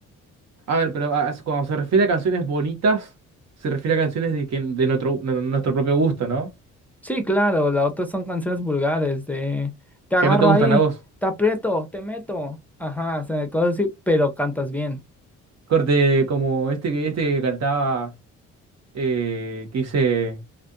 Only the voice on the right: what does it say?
a ver, pero a- cuando se refiere a canciones bonitas, se refiere a canciones de, que, de nuestro, de nuestro propio gusto, ¿no?
Que no te gustan
a vos.
Corte como este que, este que cantaba, eh, que dice,